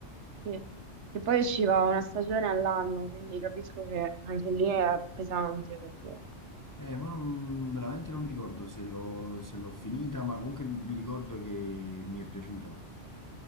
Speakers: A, on the right; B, on the left.
A: sì, che poi usciva una stagione all'anno, quindi capisco che anche lì è pesante, perché
B: Eh, ma non- veramente non mi ricordo se l'ho se l'ho finita, ma comunque mi ricordo che mi è piaciuta.